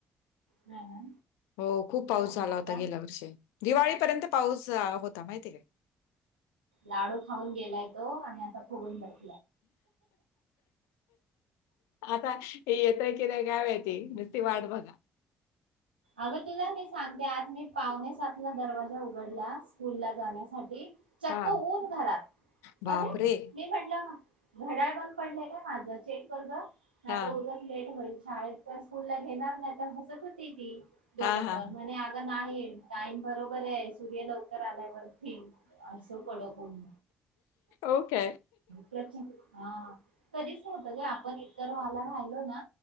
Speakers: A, on the right; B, on the left.
A: नाही ना
B: हो खूप पाऊस
A: आणि
B: झाला
A: आता
B: होता गेल्या वर्षी. दिवाळीपर्यंत पाऊस होता माहिती काय.
A: लाडू खाऊन गेलाय तो आणि आता फुगून बसला य
B: आता येतोय की नाही काय माहिती. वाट बघा.
A: अगं तुला मी सांगते आज मी पावणे सातला दरवाजा उघडला. स्कूलला जाण्यासाठी चक्क
B: हा
A: ऊन घरात
B: बापरे!
A: अरे मी म्हटलं घड्याळ बंद पडलाय का माझं चेक कर नाही
B: हा
A: आता उद्या लेट होईल. शाळेच्या स्कूलला घेणार नाही ती हसत होती ती दोघेपण
B: हा हा
A: म्हणे ग नाही टाईम बरोबर आहे सूर्य लवकर आल्यावर ती असं कडक ऊन
B: ओके
A: प्रचंड. हा कधी नव्हतं ग आपण इतर आला राहिलो ना